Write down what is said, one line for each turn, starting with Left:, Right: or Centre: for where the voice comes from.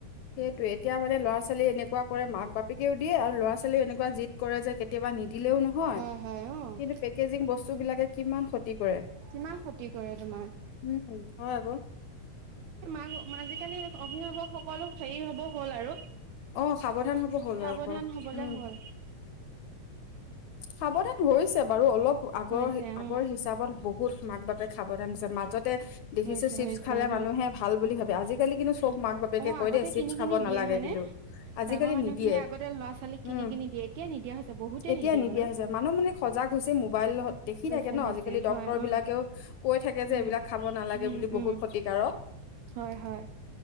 Left: সেইটো এতিয়া মানে ল'ৰা ছোৱালী এনেকুৱা কৰে মাক বাপেকেও দিয়ে, আৰু ল'ৰা ছোৱালীও এনেকুৱা জিদ কৰে যে কেতিয়াবা নিদিলেও নহয়
Right: হয় হয় অ'।
Left: কিন্তু পেকেজিং বস্তু বিলাকে কিমান ক্ষতি কৰে,
Right: কিমান ক্ষতি কৰে তোমাৰ।
Left: উম হয় আকৌ।
Right: মাক আজিকালি অভিভাৱক সকলো হেৰি হব হ'ল আৰু
Left: অ সাৱধান হ'ব হ'ল
Right: সাৱধান
Left: আৰু ক
Right: হবলে
Left: উম।
Right: হ'ল।
Left: সাৱধান হৈছে বাৰু অলপ আগৰ
Right: হৈছে
Left: আগৰ
Right: অ',
Left: হিচাপত বহুত মাক বাপেক সাৱধান হৈছে মাজতে দেখিছো
Right: হৈছে
Left: চিপছ
Right: হৈছে
Left: খালে
Right: উম।
Left: মানুহে ভাল বুলি ভাবে আজিকালি কিন্তু খুব মাক বাপেকে
Right: অ',
Left: কয়
Right: আগতে
Left: দেই চিপছ
Right: কিনি
Left: খাব
Right: কিনি
Left: নালাগে
Right: দিয়ে হয়নে?
Left: কিন্তু। আজিকালি
Right: ডাঙৰ মানুহ
Left: নিদিয়ে
Right: খিনিয়ে আগতে ল'ৰা ছোৱালীক কিনি
Left: উম
Right: কিনি দিয়ে এতিয়া নিদিয়া হৈছে বহুতে
Left: এতিয়া
Right: নিদিয়ে
Left: নিদিয়া
Right: বাৰু।
Left: হৈছে মানুহ মানে সজাগ হৈছে মোবাইলত দেখি
Right: হৈছে
Left: থাকে ন
Right: হৈছে
Left: আজিকালি
Right: হয়
Left: ডক্তৰ
Right: অ',
Left: বিলাকেও কৈ থাকে যে
Right: উম
Left: এইবিলাক খাব নালাগে
Right: উম
Left: বুলি বহুত
Right: উম।
Left: ক্ষতিকাৰক
Right: হয় হয়